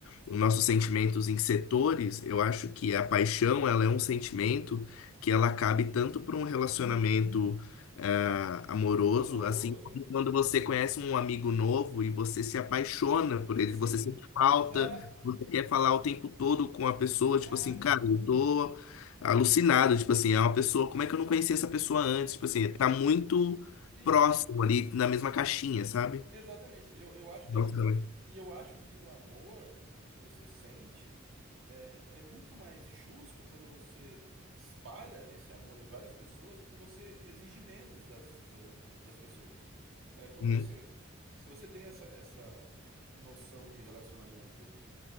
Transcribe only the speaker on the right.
amoroso.
E
assim,
exato.
É,
sim,
exatamente. Eu, eu acho que
a gente.
E e eu acho que o amor que você sente é, é muito mais justo quando você espalha esse amor em várias pessoas, porque você exige menos das, da- da- das pessoas. É, quando
você. Se você tem essa, essa noção de relacionamento.